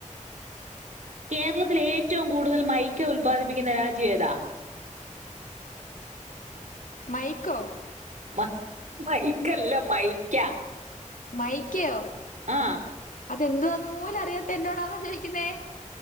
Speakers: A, on the right (about 65°); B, on the left (about 80°).
A: കേരളത്തിൽ ഏറ്റവും കൂടുതൽ മൈക്ക ഉല്പാദിപ്പിക്കുന്ന രാജ്യം ഏതാ?
B: മൈക്കോ
A: മ മൈക്കല്ല മൈക്കാ
B: മൈക്കയോ
A: ആ
B: അത് എന്തു ആണെന്ന് പോലും അറിയാത്ത എന്ന എന്നോടാന്നോ ചോദിക്കുന്നേ